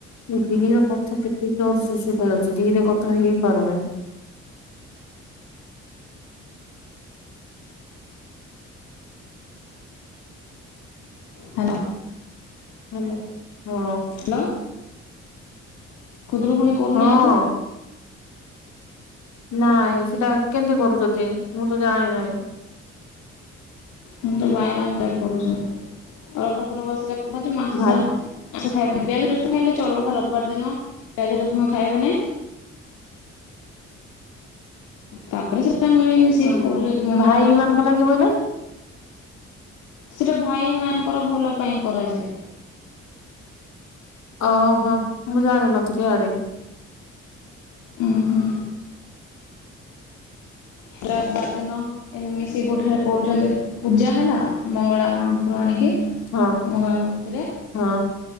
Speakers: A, on the left; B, on the left.
A: <unintelligible> କଥା କେତେ ଜୋର ଶୁଭା ଯାଉଛି ଧିରେ କଥା ହେଇ ପାରୁନାହିଁ?
B: ହ୍ୟାଲୋ।
A: ହଲୋ, ହଁ।
B: ହ୍ୟାଲୋ। ଖୁଦ୍ରୁ କୁଣି କରୁନାହି
A: ହଁ ନାଇଁ ସେଟା କେମିତି କରୁଛନ୍ତି? ମୁଁ ତ ଜାଣିିନାହିଁ।
B: ମୁ ତ ବୟାନ କାଇ କରୁଛସ <unintelligible> ମାସ
A: ଭାଇ
B: ଆଇଁଷ ଖାଇବନି। ପିଆଜ ରସୁ ଖାଇଲେ ଚଳବ। ରବିବାର ଦିନ, ପିଆଜ ରସୁଣ ଖାଇବନାଇ। ତାପରେ ସେଟା ମିଳିମିଶି
A: ଓହୋ
B: କରୁଛନ୍ତି। ମଙ୍ଗଳା
A: ଭାଇ
B: ମାପରୁ
A: ମାନଙ୍କ ଲାଗି ବୋଇଲେ
B: ସେଟା ଭାଇ ମାଙ୍କର ଭଲ ପାଇଁ କରାଯାଏ।
A: ଓହୋ ମୁଁ ଜାଣିନଥିଲି ଆରେ
B: ଓଁ ହୋ। <unintelligible> ଦିନ। ଏ ମିଶିକି ଗୋଠରେ କରୁଛନ୍ତି। ପୂଜା ହେଲା ମଙ୍ଗଳା ମାପରୁ ଆଣିକି
A: ହଁ
B: ମଙ୍ଗଳା ମୂର୍ତ୍ତିରେ
A: ହଁ